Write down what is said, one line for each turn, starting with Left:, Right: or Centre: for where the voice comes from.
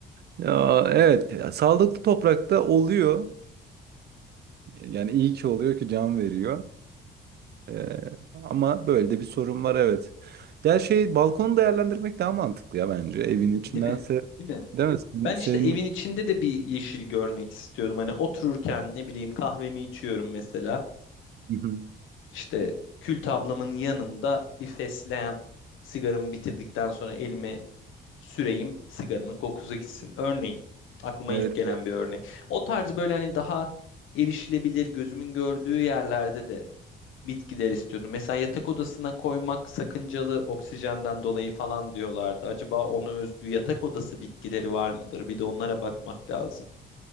Right: Ya evet ya, sağlıklı toprakta oluyor. Yani iyi ki oluyor ki can veriyor. Ee, ama böyle de bir sorun var evet. Ya şey balkonu değerlendirmek daha mantıklı ya bence evin içindense
Left: Değil mi? Değil mi?
Right: değil mi? Senin,
Left: Ben
Right: senin...
Left: işte evin içinde de bir yeşil görmek istiyordum. Hani otururken ne bileyim kahvemi içiyorum mesela.
Right: Hı hı.
Left: İşte kül tablamın yanında bir fesleğen sigaramı bitirdikten sonra elime süreyim sigaranın kokusu gitsin. Örneğin aklıma
Right: Evet.
Left: ilk gelen
Right: evet.
Left: bir örnek. O tarz böyle hani daha erişilebilir gözümün gördüğü yerlerde de bitkiler istiyordum. Mesela yatak odasına koymak sakıncalı oksijenden dolayı falan diyorlardı. Acaba ona özgü yatak odası bitkileri var mıdır? Bir de onlara bakmak lazım.